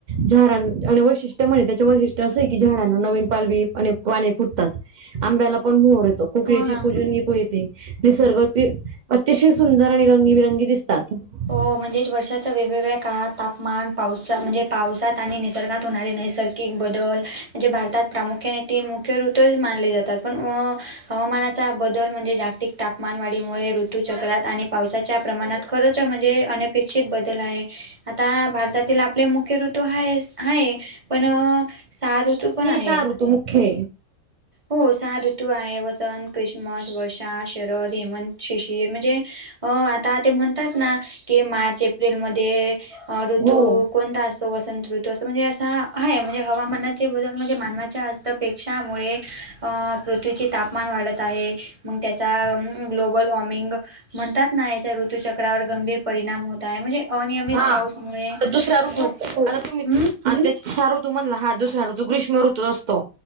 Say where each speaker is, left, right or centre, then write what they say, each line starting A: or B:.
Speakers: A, on the right (about 65°); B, on the right (about 25°).
A: झाडां आणि वैशिष्ट्य म्हणे त्याचे वैशिष्ट्य असं आहे, की झाडांना नवीन पालवी आणि पाणी फुटतात. आंब्याला पण मोर येतो. कुकळीची
B: हो ना
A: कुजून नििकू येते ते सर्ग अतिशय सुंदर आणि रंगीबिरंगी दिस ात <unintelligible>
B: हो म्हणजेच वर्षाच्या वेगवेगळ्या काळात तापमान पावसा म्हणजे, पावसात आणि निसर्गात. होणारे नैसर्गिक बदल म्हणजे भारतात प्रामुख. मुख्याने तीन मुख्य ऋतू मानले जातात, पण हवामानाचा बदल म्हणजे जागतिक. तापमानवाढीमुळे ऋतूचक्रात आणि पावसाच्या प्रमाणात खरंच. म्हणे अपेक्षित बदल आहे आता भार तला आपले मुख्य ऋतू आहे आहे, पण सार ऋतू पण आहे.
A: सारू तू मुख्य.
B: ह हो सहा ऋतू आहे वसंत क्रिसमस वर्षा शरद हेमंत शिशिर म्हणजे अ आता ते म्हणतात ना की मार्च एप्रिलमध्ये ऋतू
A: हो
B: कोणता असतो वसंत ऋत अस म्हणजे असा आहे म्हणजे हवामानाचे बदल म्हणजे मानवाच्या हस्तपेक्षामुळे पृथ्वीचे तापमान वाढत आहे मग त्याचा ग्लोबल वॉर्मिंग म्हणतात ना याच्या ऋतूचक्रावर गंभीर परिणाम होत आहे म्हणजे अनियमित
A: हा
B: पाऊसमुळे
A: आता दुसरा्या ऋजू
B: हो
A: तुम्ही
B: हम्म
A: आणि त्या हा ऋतू म्हणला हा दुसरा ऋतू ग्रीषम ऋतू असतो